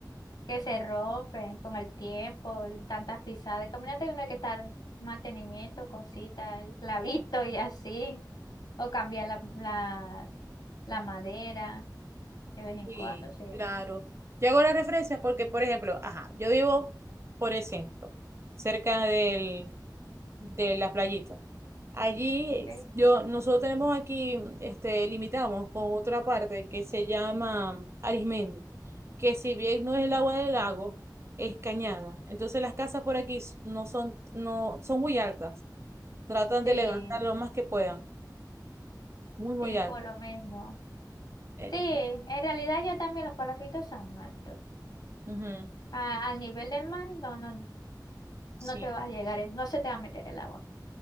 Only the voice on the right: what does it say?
Sí,
claro. Yo hago la referencia porque, por ejemplo, ajá, yo vivo por el centro, cerca del, de la playita. Allí,
es- yo, nosotros tenemos aquí, este, limitamos con otra parte que se llama Arismendi, que si bien no es el agua del lago, es cañada. Entonces las casas por aquí s- no son, no, son muy altas. Tratan
de levantar lo más que puedan. Muy, muy
altas.
Eh,
ujú,
sí,